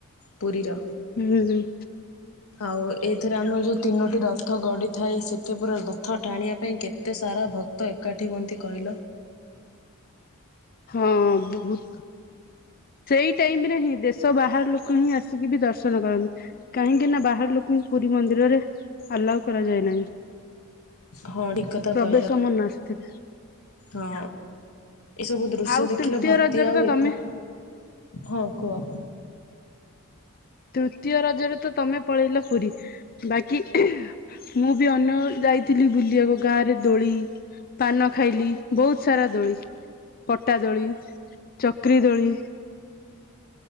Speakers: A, on the left; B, on the left.
A: ପୁରୀର
B: ହୁଁ ହୁଁ
A: ଆଉ ଏଇଥିରେ ଆମର ଯୋଉ ତିନୋଟି ରଥ ଗଡିଥାଏ ସେ ଏତ ପୁରା ରଥ ଟାଣିବା ପାଇଁ କେତେ ସାରା ଭକ୍ତ ଏକାଠି ହୁଅନ୍ତି କହିଲ।
B: ହଁ ବହୁତ ସେଇ ଟାଇମରେ ହିଁ ଦେଶ ବାହାରୁ ଲୋକ ହିଁ ଆସିକି ବି ଦର୍ଶନ କରନ୍ତି। କାହିଁକି ନା ବାହାର ଲୋକଙ୍କୁ ପୁରୀ ମନ୍ଦିରରେ ଆଲାଉ କରାଯାଏ ନାହିଁ।
A: ହଁ ଠିକ କଥା
B: ପ୍ରବେଶ
A: କହିଲ
B: ମନା ସେଥିରେ
A: ହଁ ଏ ସବୁ ଦୃଶ୍ୟ
B: ଆଉ
A: ଦେଖିଲେ
B: ତୃତୀୟ
A: ଭକ୍ତି
B: ରଜରେ
A: ଆଉ
B: ତ
A: ଏକ
B: ତମେ
A: ହଁ କୁହ?
B: ତୃତୀୟ ରଜରେ ତ ତମେ ପଳେଇଲ ପୁରୀ ବାକି ମୁଁ ବି ଅନ୍ୟ ଯାଇଥିଲି ବୁଲିବାକୁ, ଗାଁରେ ଦୋଳି ପାନ ଖାଇଲି ବହୁତ ସାରା ଦୋଳି ପଟା ଦୋଳି ଚକ୍ରୀ ଦୋଳି